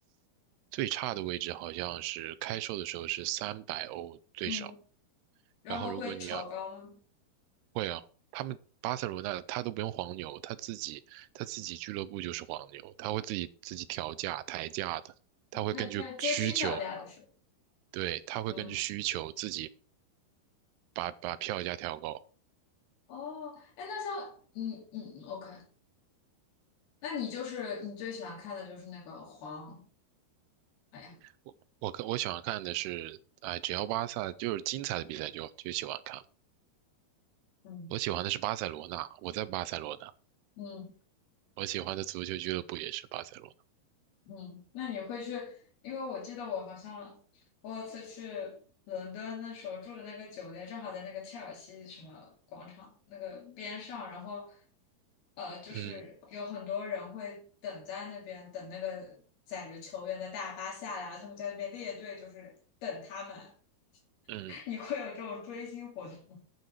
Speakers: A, on the right (about 85°); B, on the left (about 75°).
A: 最差的位置好像是开售的时候是三百欧最少，
B: 嗯嗯，然后会炒高吗？
A: 然后如果你要会啊，他们巴塞罗那他都不用黄牛，他自己他自己俱乐部就是黄牛，他会自己自己调价抬价的，他会根据需求，
B: 它它阶梯票价的是，
A: 对，他会根据需求自己
B: 嗯，
A: 把把票价调高。
B: 哦，哎，那像嗯嗯 OK，那你就是你最喜欢看的就是那个黄，哎呀，
A: 我我看我喜欢看的是，哎，只要巴萨就是精彩的比赛就就喜欢看。
B: 嗯
A: 我喜欢的是巴塞罗那，我在巴塞罗那，
B: 嗯
A: 我喜欢的足球俱乐部也是巴塞罗那。
B: 嗯，那你会去？因为我记得我好像我有次去伦敦的时候住的那个酒店，正好在那个切尔西什么广场那个边上，然后呃，就是有很多人会等在那边等那个载着球员的大巴下来，
A: 嗯
B: 他们在那边列队，就是等他们。<laughs>
A: 嗯，
B: 你会有这种追星活动吗？